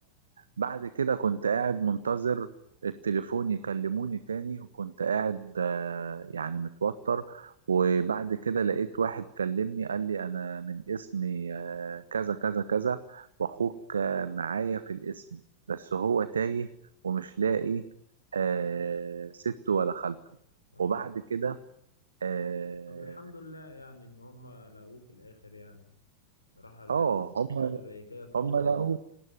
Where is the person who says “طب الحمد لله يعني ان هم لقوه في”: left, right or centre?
Left